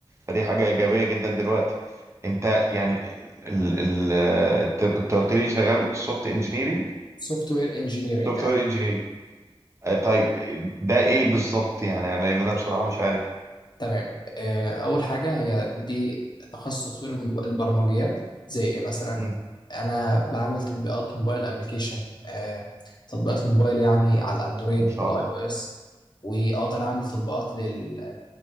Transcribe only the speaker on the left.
سوفت وير انجينيرنج
تمام آه، أول حاجة هي دي تخصص تطوير الم- البرمجيات زي إيه مثلا
أنا بعمل تطبيقات موبايل أبليكيشن تطبيقات الموبايل يعني على الأندرويد
والآي
أو إس وأقدر أعمل تطبيقات لل...